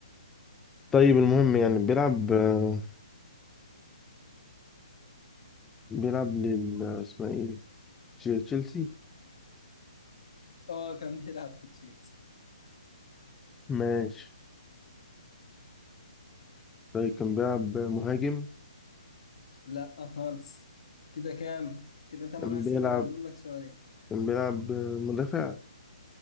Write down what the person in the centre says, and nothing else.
طيب المهم يعني بيلعب آه، بيلعب لل اسمها ايه تش- تشيلسي
ماشي طيب كان بيلعب مهاجم
كان
بيلعب
كان بيلعب آه، مدافع